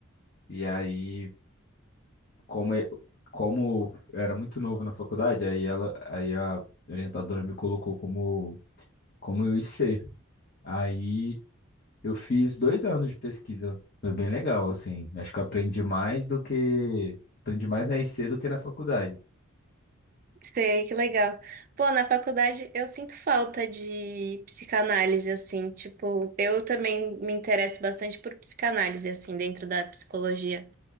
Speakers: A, on the left; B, on the right.
A: e aí, como, eu- como eu era muito novo na faculdade, aí ela, aí a orientadora me colocou como, como IC. Aí eu fiz dois anos de pesquisa. Foi bem legal, assim. Acho que eu aprendi mais do que. Aprendi mais na IC do que na faculdade.
B: Sei, que legal. Pô, na faculdade eu sinto falta de psicanálise, assim, tipo, eu também me interesso bastante por psicanálise, assim, dentro da psicologia.